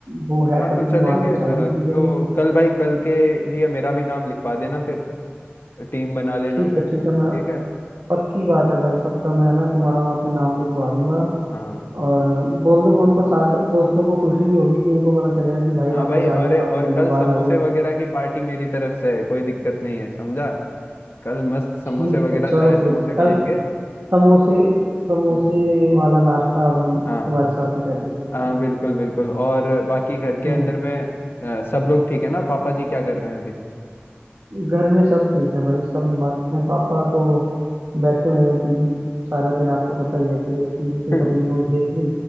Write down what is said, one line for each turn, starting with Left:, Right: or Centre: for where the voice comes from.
Right: वो है
Left: हाँ
Right: टपरी
Left: तो चलेंगे
Right: वहां से
Left: अ,
Right: चाय भी पी लेंगे
Left: तो कल भाई कल के लिए मेरा भी नाम लिखवा देना फिर टीम बना लेना
Right: ठीक
Left: फिर
Right: है
Left: ठीक
Right: ठीक है मैं
Left: है
Right: पक्की बात है भाई पक्का मैं ना तुम्हारा वहाँ पे नाम लिखवा दूंगा
Left: हाँ
Right: और बोल दूंगा उनको साथ दोस्तों को खुशी भी होगी कि उनको पता चलेगा कि भाई
Left: हाँ
Right: वापस
Left: भाई अरे
Right: आ गए काफी
Left: और
Right: दिनों
Left: कल
Right: बाद
Left: समोसे
Right: आए हैं
Left: वगैरह की पार्टी मेरी तरफ से है कोई दिक्कत नहीं है समझा कल मस्त समोसे
Right: ठीक
Left: वगैरह
Right: है चलो
Left: चाय समोसे
Right: फिर
Left: खाएंगे
Right: कल समोसे समोसे
Left: हम्म।
Right: वाला नाश्ता अब हम तुम्हारे
Left: हाँ
Right: साथ ही करेंगे फिर चलेंगे
Left: हाँ बिल्कुल बिल्कुल और बाकी घर के
Right: हम्म
Left: अंदर में अ, सब लोग ठीक है ना पापा जी क्या कर रहे हैं अभी
Right: घर में सब ठीक है भाई सब मस्त हैं पापा तो बैठे हुए हैं टीवी सारा दिन आपको पता ही है कि वो टीवी पे
Left: <laughs>
Right: कभी न्यूज़ देख ली